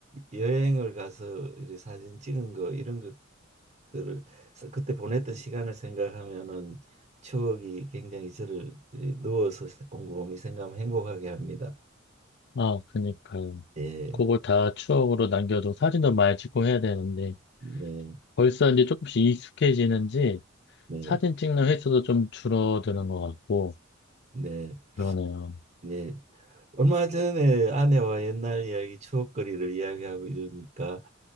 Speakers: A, on the right; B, on the left.
A: 여행을 가서 이렇게 사진 찍은 거 이런 것들을 사- 그때 보냈던 시간을 생각하면은 추억이 굉장히 저를 이렇게 누워서 곰곰이 생각하면 행복하게 합니다.
B: 아, 그니까요.
A: 예.
B: 그걸 다 추억으로 남겨두고 사진도 많이 찍고 해야 되는데
A: 네.
B: 벌써 이제 조금씩 익숙해지는지
A: 네.
B: 사진 찍는 횟수도 좀 줄어드는 것 같고
A: 네.
B: 그러네요.
A: 네. 얼마 전에 아내와 옛날 이야기, 추억거리를 이야기하고 이러니까